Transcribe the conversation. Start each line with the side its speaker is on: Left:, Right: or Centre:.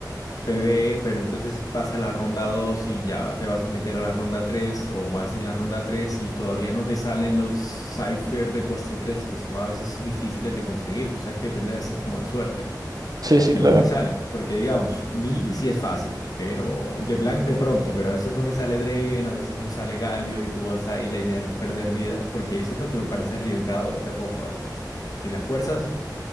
Left: PvE, pero entonces pasa la ronda 2 y ya te vas a meter a la ronda 3 o vas en la ronda 3 y todavía no te salen los cipher de coste 3 que son a veces difíciles de conseguir, tú sabes que depende a veces como de suerte.
Right: Sí, sí,
Left: y
Right: claro.
Left: no me sale, porque digamos, Vi sí es fácil, pero LeBlanc de pronto, pero a veces no me sale Draven, a veces no sale Galio y tú vas ahí, la idea no es perder vida, porque eso es lo que me parece arriesgado de esta copa a veces. O sea, si las fuerzas